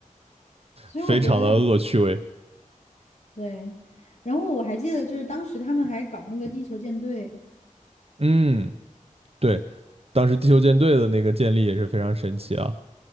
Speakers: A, on the left (about 60°); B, on the right (about 45°).
A: 所以我觉得
B: 非常的恶趣味。
A: 对。然后我还记得就是当时他们还搞那个地球舰队。
B: 嗯，对，当时地球舰队的那个建立也是非常神奇啊。